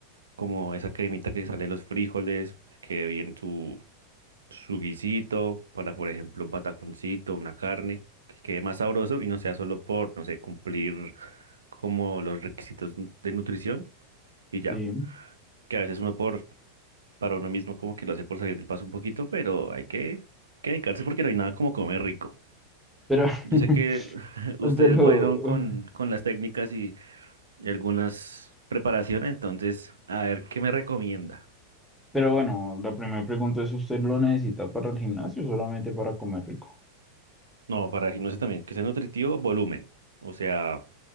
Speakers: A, on the right; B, in the centre.
A: como esa cremita que sale de los frijoles, que quede bien su su guisito, para por ejemplo un pataconcito, una carne, que quede más sabroso y no sea solo por, no sé, cumplir como los requisitos nu- de nutrición y ya,
B: sí,
A: que a veces uno por, para uno mismo como que lo hace por salir del paso un poquito, pero hay que, que dedicarse porque no hay nada como comer rico.
B: pero,
A: Yo
B: <laughs>
A: sé que <laughs> ustedes
B: pero,
A: fueron con, con las técnicas y, y algunas preparaciones, entonces, a ver, ¿qué me recomienda?
B: pero bueno, la primera pregunta es, ¿usted lo necesita para el gimnasio o solamente para comer rico?
A: No, para no sé también, que sea nutritivo, volumen. O sea,